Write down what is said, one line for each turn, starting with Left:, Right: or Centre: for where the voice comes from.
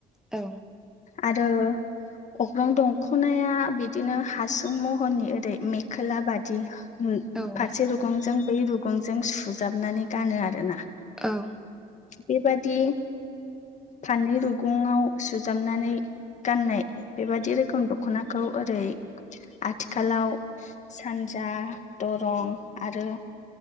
Centre: औ
Left: आरो अग्रां दं ख'नाया बिदिनो हासुं महरनि ओरै मेखला बादि। होमम
Centre: औ
Left: फारसे रुगंजों बै रुगंजों सुजाबनानै गानो आरोना
Centre: औ
Left: बेबादि फाननि रुगुङाव सुजाबनानै गाननाय बेबादि रोखोम रोखोम दखनाखौ ओरै आथिखालाव सानजा दरं आरो